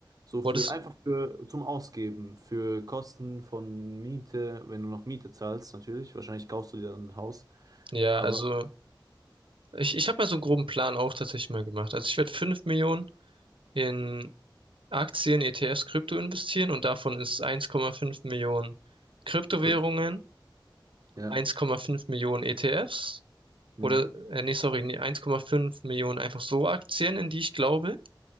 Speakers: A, on the right (about 45°); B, on the right (about 85°).
A: So
B: Boah,
A: für
B: das,
A: einfach für zum Ausgeben, für Kosten von Miete, wenn du noch Miete zahlst, natürlich. Wahrscheinlich kaufst du dir dann ein Haus.
B: ja,
A: Aber
B: also Ich, ich habe mal so einen groben Plan auch tatsächlich mal gemacht. Also ich werde 5 Millionen in Aktien, ETFs, Krypto investieren und davon ist 1,5 Millionen Kryptowährungen,
A: Krypto, ja.
B: 1,5 Millionen ETFs
A: Mhm.
B: oder, äh, nee, sorry, nee, 1,5 Millionen einfach so Aktien, in die ich glaube.